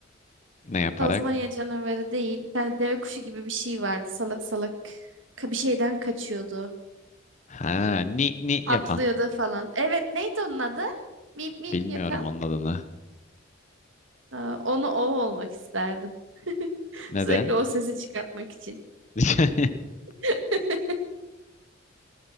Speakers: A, on the left; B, on the right.
A: Ne yaparak?
B: Tazmanya canavarı değil. Bir tane deve kuşu gibi bir şey vardı. Salak salak ka- bir şeyden kaçıyordu.
A: Ha, ni ni
B: Atlıyordu
A: yapan.
B: falan. Evet neydi onun adı? Mip mip
A: Bilmiyorum
B: yapan.
A: onun adını.
B: Aa, onu o olmak isterdim. <laughs>
A: Neden?
B: Sürekli o sesi çıkartmak için.
A: <laughs>
B: <laughs>